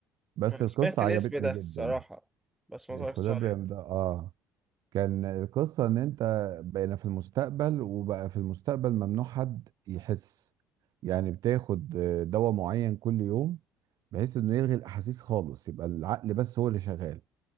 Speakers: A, on the right (about 55°); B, in the centre.
A: بس
B: انا
A: القصة
B: سمعت الاسم
A: عجبتني
B: ده
A: جدا
B: الصراحة بس ما
A: ايكوليبريم
B: اتفرجتش عليه
A: ده اه كان القصة ان انت بقينا في المستقبل وبقى في المستقبل ممنوع حد يحس يعني بتاخد آه، دواء معين كل يوم بحيث انه يلغي الاحاسيس خالص يبقى العقل بس هو اللي شغال